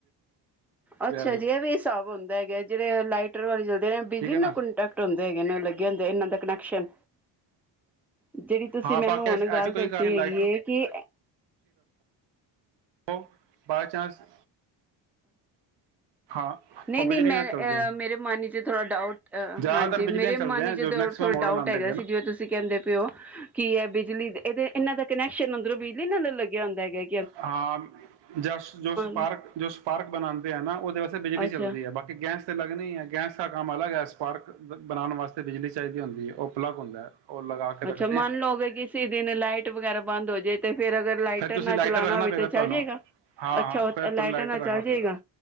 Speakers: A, in the centre; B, on the right.
A: ਅੱਛਾ
B: ਰਹਿ ਜਾਓ
A: ਜੀ ਇਹ ਵੀ ਹਿਸਾਬ ਹੁੰਦਾ ਹੈਗਾ, ਜਿਹੜੇ ਲਾਈਟਰ ਵਾਲੇ ਚਲਦੇ ਬਿਜਲੀ
B: ਠੀਕ ਹੈ ਨਾ
A: ਕੰਟੈਕਟ ਹੁੰਦੇ ਹੈਗੇ ਨੇ ਲੱਗੇ ਹੁੰਦੇ ਇਹਨਾ ਦਾ ਕਨੈਕਸ਼ਨ ਜਿਹੜੀ ਤੁਸੀਂ
B: ਹਾਂ
A: ਮੈਨੂੰ
B: ਬਾਕੀ
A: ਹੁਣ
B: ਐਸ-
A: ਗੱਲ
B: ਐਸੀ ਕੋਈ
A: ਦੱਸੀ
B: ਨਹੀਂ
A: ਹੈਗੀ
B: ਲਾਈਟਰ
A: ਹੈ ਕਿ
B: ਹੋ ਬਾਏ ਚਾਂਸ <unintelligible> ਹਾਂ
A: ਨਹੀਂ-ਨਹੀਂ,
B: ਉਹ ਬਿਜਲੀ
A: ਮੈਂ
B: ਨਾਲ ਚੱਲਦੇ
A: ਅ
B: ਹੈ
A: ਮੇਰੇ ਮਨ ਚ ਥੋੜਾ ਡਾਊਟ
B: ਜ਼ਿਆਦਾਤਰ
A: ਹਾਂਜੀ
B: ਬਿਜਲੀ
A: ਮੇਰੇ
B: ਨਾਲ ਚੱਲਦੇ
A: ਮਨ
B: ਹੈ
A: ਚ
B: ਜੋ
A: ਥੋੜਾ
B: ਮੈਕਸਿਮਮ
A: ਡਾਊਟ
B: ਮਾਡਲ ਆਉਂਦੇ
A: ਹੈਗਾ
B: ਹੈਗੇ
A: ਸੀ ਜਿਵੇਂ ਤੁਸੀਂ ਕਹਿੰਦੇ ਪਏ ਔ। ਕੀ ਹੈ ਬਿਜਲੀ ਇਹਦੇ ਇਹਨਾਂ ਦਾ ਕਨੈਕਸ਼ਨ ਅੰਦਰੋਂ ਬਿਜਲੀ ਨਾਲ ਲੱਗਿਆ ਹੁੰਦਾ ਹੈਗਾ ਐ।
B: ਹਾਂ ਜਸ਼ ਜੋਸ਼ ਪਾਰਕ
A: ਲਓ
B: ਜੋ ਪਾਰਕ ਬਣਾਦੇ ਨਾ ਉਹਦੇ ਵਾਸਤੇ ਬਿਜਲੀ
A: ਅੱਛਾ
B: ਚੱਲਦੀ ਹੈ, ਬਾਕੀ ਗੈਸ ਤੇ ਲੱਗਣੀ ਐ ਗੈਸ ਦਾ ਕੰਮ ਅਲਗ ਪਲ ਸਪਾਰਕ ਬਣਾਣ ਵਾਸਤੇ ਬਿਜਲੀ ਚਾਹੀਦੀ ਹੁੰਦੀ ਹੈ, ਉਹ ਪਲੱਗ ਹੁੰਦਾ ਹੈ। ਉਹ ਲਗਾ ਕੇ ਰੱਖਦੇ
A: ਅੱਛਾ ਮੰਨ ਲਓਗੇ, ਕਿਸੇ ਦਿਨ ਲਾਈਟ ਵਗੈਰਾ ਬੰਦ ਹੋ ਜਾਏ ਤੇ ਫੇਰ ਅਗਰ ਲਾਈਟਰ
B: ਫਿਰ ਤੁਸੀਂ
A: ਨਾ ਚਲਾ ਪੁਣਾ
B: ਰੱਖਣਾ
A: ਹੋਵੇ ਤੇ
B: ਪਏਗਾ
A: ਚੱਲ
B: ਤੁਹਾਨੂੰ।
A: ਜਾਏਗਾ,
B: ਹਾਂ
A: ਅੱਛਾ
B: ਹਾਂ ਫਿਰ ਤੁਹਾਨੂੰ
A: ਲਾਈਟਰ ਨਾਲ
B: ਰੱਖਣਾ
A: ਚੱਲ ਜਾਏਗਾ
B: ਪਏਗਾ।